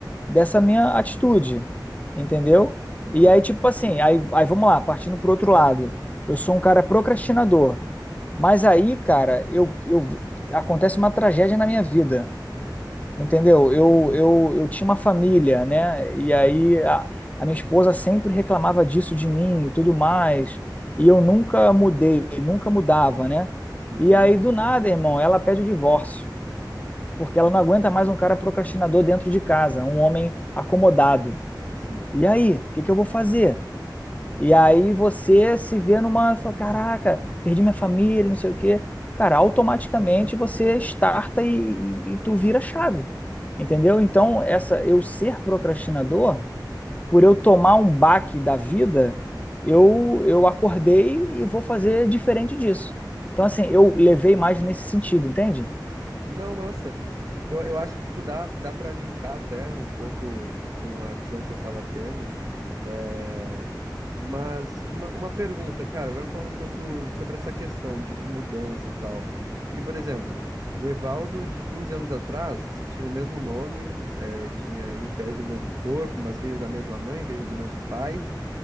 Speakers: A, on the left; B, on the right.
A: dessa minha atitude, entendeu?
B: Uhum,
A: E aí, tipo assim, aí, aí vamos lá, partindo pro outro lado. Eu sou um cara procrastinador, mas aí, cara, eu, eu acontece uma tragédia na minha vida. Entendeu? Eu, eu, eu tinha uma família, né? E aí a, a minha esposa sempre reclamava disso de mim e tudo mais. E eu nunca mudei, nunca mudava, né?
B: uhum,
A: E aí do nada, irmão, ela pede o divórcio, porque ela não aguenta mais um cara procrastinador dentro de casa, um homem acomodado.
B: sim,
A: E aí, o que que eu vou fazer? E aí você se vê numa, fala, caraca, perdi minha família, não sei o quê. Cara, automaticamente você starta e, e, e tu vira chave. Entendeu?
B: uhum,
A: Então, essa eu ser procrastinador, por eu tomar um baque da vida, eu eu acordei e vou fazer diferente disso. Então, assim, eu
B: sim.
A: levei mais nesse sentido, entende?
B: Não, massa. Eu, eu acho que, tipo, dá, dá pra linkar até um pouco com a visão que eu tava tendo. É, Mas uma, uma pergunta, cara, agora falando um pouco sobre essa questão de, de mudança e tal. Porque, por exemplo, o Evaldo de 15 anos atrás tinha o mesmo nome, é, tinha em tese o mesmo corpo, mas veio da mesma mãe, veio do mesmo pai.